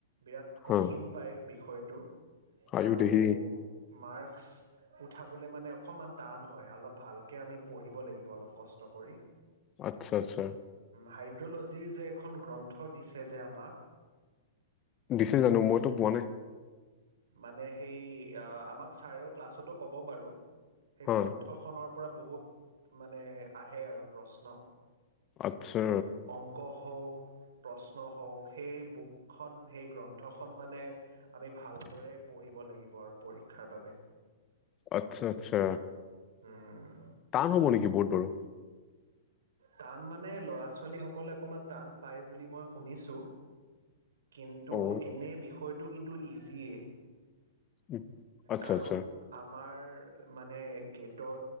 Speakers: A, on the right; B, on the left.
A: বিৰাট কঠিন
B: হা
A: পায় বিষয়টো
B: আয়ো
A: আৰু
B: দেহি
A: মাৰ্ক্স উঠাব মানে অকমান টান হয় অলপ ভালকে আমি পঢ়িব লাগিব। অলপ কষ্ট কৰি
B: আচ্ছা, আচ্ছা।
A: হাইড্ৰলজিৰ যে এখন গ্ৰন্থ দিছে যে আমাক
B: দিছে জানো মইতো পোৱা নাই।
A: মানে সেই আমাক ছাৰে ক্লাছতো ক'ব বাৰ সেই
B: হা
A: গ্ৰন্থ খনৰ পৰা বহুত মানে আহে আৰু প্ৰশ্ন।
B: আচ্ছা।
A: অংক হওক প্ৰশ্ন হওক সেই বুকখন সেই গ্ৰন্থখন মানে আমি ভাল দৰে পঢ়িব লাগিব আৰু পৰীক্ষাৰ বাবে
B: আচ্ছা আচ্ছা
A: উম
B: টান হ' নেকি বুত বাৰু
A: টান মানে ল'ৰা ছোৱালী সকলে অকমান টান পায় বুলি মই শুনিছো কিন্তু
B: অ
A: এনে বিষয়টো কিন্তু ইজিয়ে
B: উম, আচ্ছা
A: কাৰণ
B: আচ্ছা
A: আমাৰ মানে গেটৰ